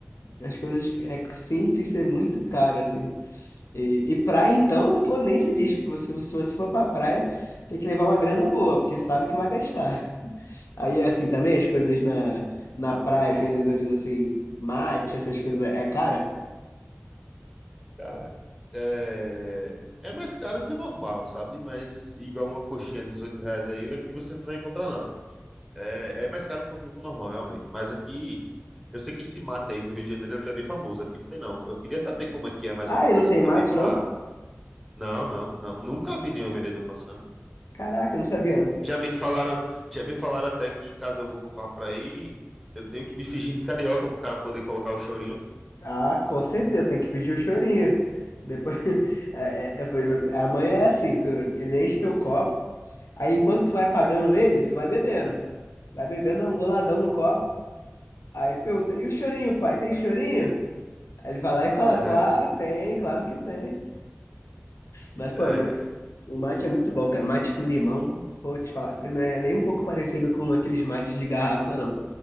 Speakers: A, on the left; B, in the centre.
A: as coisas é simples ser muito caro, assim. E, e praia, então, pô, nem se diz. Se você, se você for pra praia, tem que levar uma grana boa, porque sabe que vai gastar. Aí, é assim, também as coisas na, na praia, os vendedores, assim, mate, essas coisas, é cara?
B: Cara, é... é mais caro que o normal, sabe? Mas igual uma coxinha de 18 reais aí, aqui você não vai encontrar, não. É, é mais caro um pouquinho que o normal, realmente. Mas aqui, eu sei que esse mate aí do Rio de Janeiro ele é bem famoso. Aqui não tem, não. Eu queria saber como é que é mais
A: Ah,
B: ou menos
A: e não
B: assim
A: tem
B: também
A: mate,
B: pra.
A: não?
B: Não, não, não. Nunca vi nenhum vendedor passando.
A: Caraca, eu não sabia, não.
B: Já me falaram, já me falaram até que caso eu vou- vá pra aí, eu tenho que me fingir de carioca pro cara poder colocar o chorinho.
A: Ah, com certeza, tem que pedir o chorinho. Depois, <laughs> é, é, é, foi- a mãe é assim, tu, ele enche teu copo, aí enquanto tu vai pagando ele, tu vai bebendo. Vai bebendo, dá um goladão
B: Aham.
A: no copo, aí pergunta, e o chorinho, pai, tem chorinho? Aí ele vai lá e cola,
B: É,
A: claro, tem, claro que tem. Mas,
B: é,
A: pô, mas
B: cara,
A: o mate é muito bom, cara. Mate com limão, vou te falar, não é nem um pouco parecido com aqueles mates de garrafa, não.